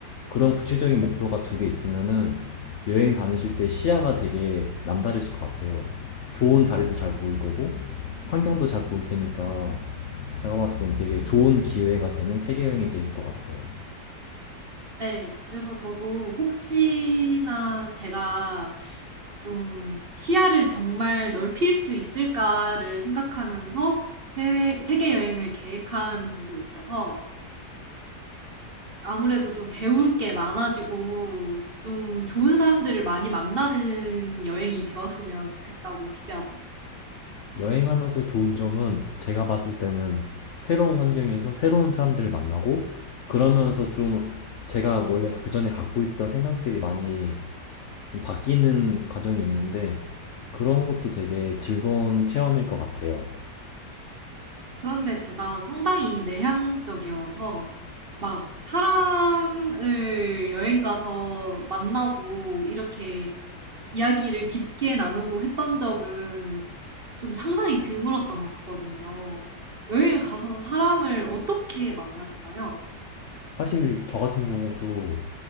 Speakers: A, on the left; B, on the right.
A: 그런 구체적인 목표가 두 개 있으면은 여행 다니실 때 시야가 되게 남다르실 것 같아요. 좋은 자리도 잘 보일 거고 환경도 잘 보일 테니까 제가 봤을 땐 되게 좋은 기회가 되는 세계 여행이 될 것 같아요.
B: 네. 그래서 저도 혹시나 제가 좀 '시야를 정말 넓힐 수 있을까.'를 생각하면서 세외 세계 여행을 계획한 점도 있어서 아무래도 좀 배울 게 많아지고 좀 좋은 사람들을 많이 만나는 여행이 되었으면 좋겠다고 기대하고 있어요.
A: 여행하면서 좋은 점은 제가 봤을 때는 새로운 환경에서 새로운 사람들을 만나고 그러면서 좀 제가 원래 그 전에 갖고 있던 생각들이 많이 좀 바뀌는 과정이 있는데 그런 것도 되게 즐거운 체험일 것 같아요.
B: 그런데 제가 상당히 내향적이어서 막 사람을 여행 가서 만나고 이렇게 이야기를 깊게 나누고 했던 적은 좀 상당히 드물었던 것 같거든요. 여행을 가서 사람을 어떻게 만나시나요?
A: 사실 저 같은 경우도